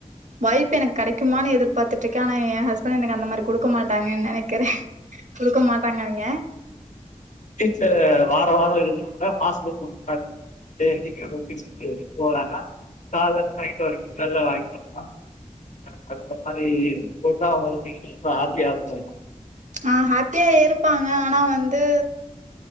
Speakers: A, on the right; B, on the left.
A: வாய்ப்பு எனக்கு கெடைக்குமான்னு எதிர்பார்த்துட்ருக்கே ஆனா ஏ ஹஸ்பண்ட் எனக்கு அந்த மாரி குடுக்க மாட்டாங்கன்னு நெனைக்கிறே குடுக்க மாட்டாங்க அவிங்க
B: சீட்ட வெ வார வார இப்போ மாசத்துக்கு போட்டாங்க டேய் <unintelligible> போலானா கால்லருந்து நைட் வரைக்கு நல்லா வாங்கி <unintelligible> அ அந்த மாரி பேசுனா அவ்ங்களுக்கு ரொம்ப ஹாப்பி ஆகு
A: ஆ ஹப்பியா இருப்பாங்க ஆனா வந்து